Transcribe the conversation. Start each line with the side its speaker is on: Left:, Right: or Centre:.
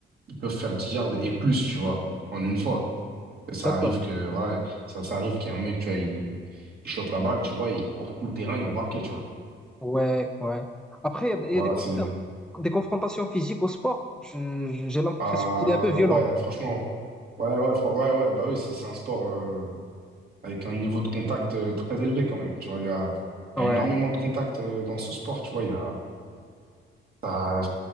Right: ils peuvent faire 10 yards et plus, tu vois, en une fois. Et ça
Centre: d'accord.
Right: arrive que, voilà, ça, ça arrive qu'il y a un mec, tu vois, il, il chope la balle, tu vois, il court tout le terrain, il va marquer, tu vois.
Centre: Ouais, ouais. Après, il y a, il
Right: Voilà,
Centre: y a des, confr-
Right: c'est...
Centre: des confrontations physiques au sport. Je- J'ai l'impression
Right: Ah,
Centre: qu'il est un peu violent.
Right: ouais, franchement... Ouais, ouais, fran- ouais, ouais, bah oui, c'est c'est un sport... euh, avec un niveau de contact euh, très élevé quand même. Tu vois, il y a, il
Centre: Ouais,
Right: y a énormément de contacts euh, dans ce sport. Tu vois, il y a, t'as-